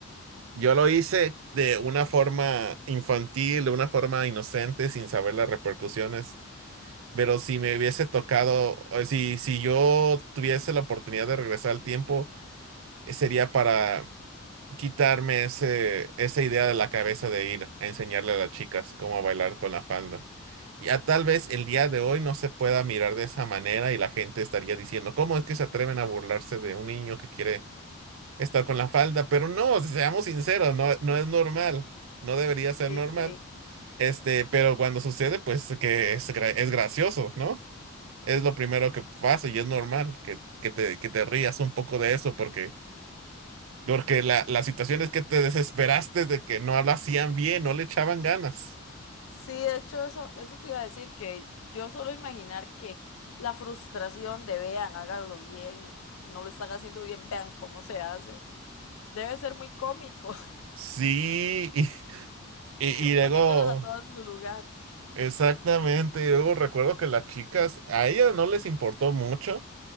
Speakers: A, on the right; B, on the left.
A: Yo lo hice de una forma infantil, de una forma inocente, sin saber las repercusiones. Pero si me hubiese tocado, o si, si yo tuviese la oportunidad de regresar al tiempo, eh, sería para quitarme ese, esa idea de la cabeza de ir a enseñarle a las chicas cómo bailar con la falda. Ya tal vez el día de hoy no se pueda mirar de esa manera y la gente estaría diciendo, ¿cómo es que se atreven a burlarse de un niño que quiere estar con la falda, pero no, seamos sinceros, no, no es normal, no debería ser
B: Sí,
A: normal.
B: sí.
A: Este, pero cuando sucede, pues que es, gra- es gracioso, ¿no? Es lo primero que pasa y es normal que, que te, que te rías un poco de eso porque, porque la, la situación es que te desesperaste de que no lo hacían bien, no le echaban ganas.
B: Sí, de hecho, eso, eso te iba a decir que yo solo imaginar que la frustración de vean, háganlo bien, no lo están haciendo bien, vean cómo se hace, debe ser muy cómico,
A: Sí, y, y,
B: <laughs>
A: y luego,
B: poniéndolas a todas en su lugar.
A: exactamente, y luego recuerdo que las chicas, a ellas no les importó mucho